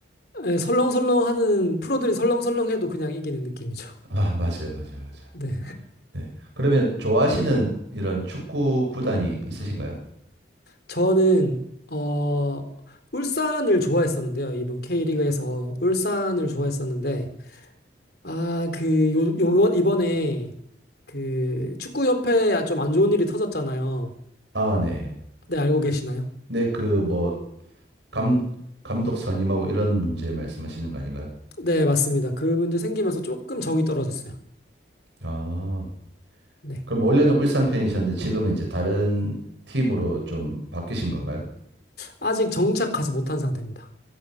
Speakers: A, on the left; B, on the right.
A: 예, 설렁설렁하는 프로들이 설렁설렁해도 그냥 이기는 느낌이죠. <laughs>
B: 아, 맞아요, 맞아요, 맞아요.
A: 네,
B: 네. 그러면 좋아하시는 이런 축구 구단이 있으신가요?
A: 저는 어, 울산을 좋아했었는데요. 이번 K리그에서 울산을 좋아했었는데 아, 그 요, 요 이번에 그 축구협회에 좀 안 좋은 일이 터졌잖아요.
B: 아, 네.
A: 네, 알고 계시나요?
B: 네, 그 뭐 감, 감독 선임하고 이런 문제 말씀하시는 거 아닌가요?
A: 네, 맞습니다. 그 문제 생기면서 조금 정이 떨어졌어요.
B: 아,
A: 네,
B: 그럼 원래는 울산 팬이셨는데 지금은 이제 다른 팀으로 좀 바뀌신 건가요?
A: 아직 정착하지 못한 상태입니다.